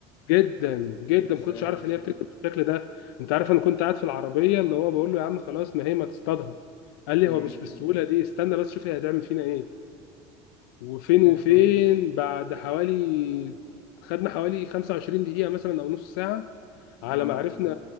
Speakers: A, on the left; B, on the left.
A: جدا جدا
B: يا ساتر
A: ما كنتش عارف ان هي بتجري بالشكل ده انت عارف انا كنت قاعد في العربيه اللي هو بقول له يا عم خلاص ما هي ما تصطادها قال لي
B: مم.
A: هو مش بالسهوله دي استنى بس شوف هي هتعمل فينا ايه وفين
B: <laughs>
A: وفين بعد حوالي خدنا حوالي 25 دقيقة مثلا أو نص ساعة على
B: اه
A: ما عرفنا